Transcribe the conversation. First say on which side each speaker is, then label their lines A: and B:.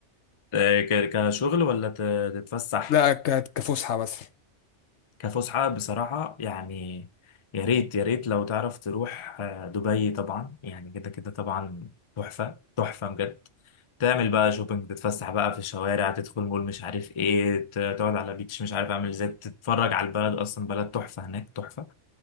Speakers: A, on the left; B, on the left.
A: ك- كشغل ولا ت- تتفسح
B: لا ك- كفسحة مثلا
A: كفسحة بصراحة يعني يا ريت يا ريت لو تعرف تروح آه، دبي طبعا يعني كده كده طبعا تحفة تحفة بجد تعمل بقى شوبينج تتفسح بقى في الشوارع تدخل مول مش عارف ايه ت- تقعد على بيتش مش عارف اعمل ازاي تتفرج على البلد اصلا بلد تحفة هناك تحفة